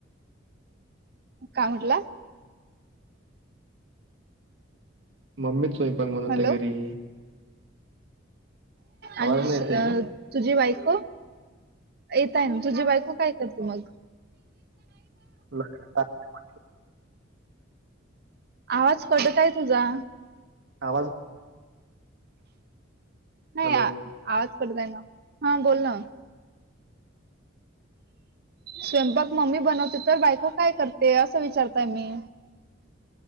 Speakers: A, on the right; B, on the right.
A: काय म्हटलास.
B: मम्मीच सोयंपाक बनवते
A: हॅलो
B: घरी. आवाज
A: आणि
B: नाही येत आहे
A: अ
B: का?
A: तुझी बायको, येतय ना तुझी बायको काय करते मग?
B: <unintelligible>
A: आवाज कटत आहे तुझा.
B: आवाज
A: नाही
B: हॅलो.
A: आवाज करतोय ना, हा बोल ना! स्वयंपाक मम्मी बनवते, तर बायको काय करते असं विचारताय मी‌